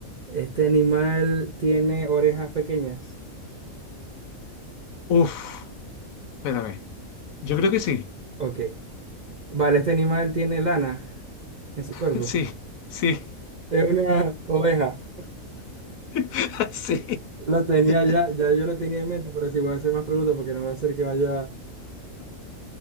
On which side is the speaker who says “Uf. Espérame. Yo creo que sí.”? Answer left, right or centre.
Left